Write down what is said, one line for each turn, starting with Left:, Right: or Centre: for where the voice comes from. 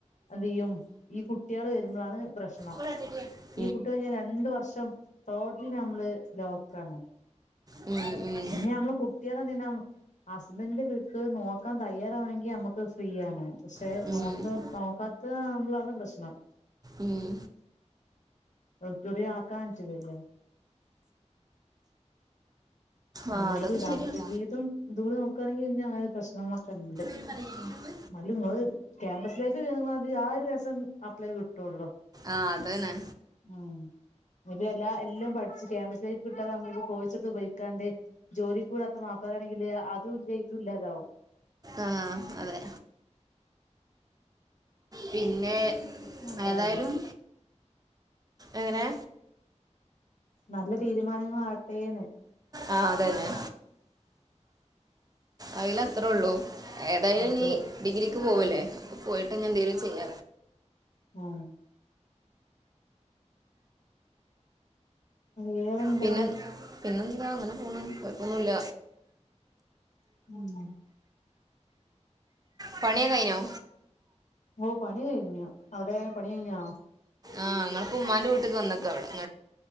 Left: അഎന്തെയ്യും ഈ കുട്ട്യാള് വരുമ്പളാണ് പ്രശ്നം
Right: <unintelligible>
Left: ഈ കുട്ട് കയ്ഞ്ഞാ രണ്ട് വർഷം ടോട്ട്ലി ഞമ്മള് ലോക്കണ്
Right: ഉം ഉം
Left: പിന്നെ മ്മളെ കു ന്തിനാ ഹസ്ബന്റ് വീട് നോക്കാൻ തെയ്യാറാണെങ്കിൽ നമ്മക്ക് ഫ്രീ ആണ് പക്ഷെ
Right: ഉം ഉം
Left: നോക്ക് നോക്കാത്തതാവുമ്പോളാണ് പ്രശ്നം
Right: ഉം
Left: ഓട്ടിടോറിയം ആക്കാൻ പറ്റൂലല്ലോ കണ്ടും
Right: ആഹ് അതൊക്കെ
Left: കൂടി ദാമ്പത്യജീവിതോം
Right: ശരിയാണ്
Left: രണ്ടുകൂടി ദാമ്പത്യജീവിതും തുകൂടി നോക്കാണെങ്കി പിന്നങ്ങനെ പ്രശ്നങ്ങളൊക്കണ്ട്.
Right: നല്ലത്.
Left: മല്ലു ങ്ങള് ക്യാമ്പസിലേക്ക് കേന്ന മാതിരി ആ ഒരസം അപ്ലേ കിട്ടൊള്ളൂ.
Right: ആഹ് അതെന്നെ
Left: ഉം ഇത് എല്ലാ എല്ലും പഠിച്ച് ക്യാമ്പസിലേക്ക് കിട്ടാതെ നമ്മള് കോയിസെടുത്ത് പോയിക്കാണ്ട് ജോലിക് വിടാത്ത മാപ്പള്ളരാണെങ്കിൽ അതുല്ല ഇതും ഇല്ലാതാവും.
Right: ആഹ് അതെ. പിന്നെ
Left: ഇതൊക്കെ നല്ലതന്നെ
Right: ഏതായാലും എങ്ങനെ
Left: നല്ല തീരുമാനങ്ങളാവട്ടെന്ന്
Right: ആഹ് അതന്നെ അയിലത്രേള്ളൂ ഏതായാലും
Left: അതെ
Right: നീ ഡിഗ്രിക്ക് പോവല്ലേ അപ്പൊ പോയിട്ട് ന്നി എന്തേലും ചെയ്യ
Left: ഉമ് വേറെന്താ
Right: പിന്നെ പിന്നെന്താ അങ്ങനെ പോണ് കൊയ്പ്പൊന്നുല്ല.
Left: ഉം.
Right: പണിയോക്ക കയിഞ്ഞോ
Left: ഓ പണി കഴിഞ്ഞ്. അവിടെ പണി കയിഞ്ഞോ
Right: ആഹ് ങ്ങൾ പ്പൊ ഉമ്മാന്റെ വീട്ട്ക്ക് വന്നക്ക വടെ